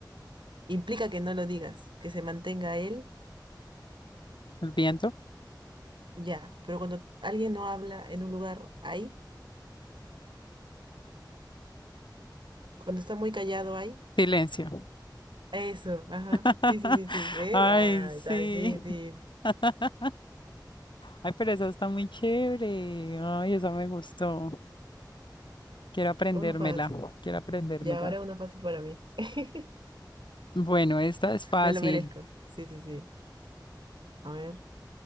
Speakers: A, on the right; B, on the left.
A: implica que no lo digas, que se mantenga él,
B: el viento,
A: ya. Pero cuando alguien no habla en un lugar ahí, cuando está muy callado ahí,
B: silencio.
A: eso, ajá.
B: <laughs>
A: Sí, sí, sí, sí. ¿Ves?
B: Ay,
A: Ah,
B: sí.
A: está difícil.
B: <laughs> Ay, pero esa está muy chévere. Ay, esa me gustó. Quiero aprendérmela,
A: Uno fácil.
B: quiero aprendérmela.
A: Ya, ahora uno fácil para mí. <laughs>
B: Bueno, esta es fácil.
A: Me lo merezco. Sí, sí, sí. A ver.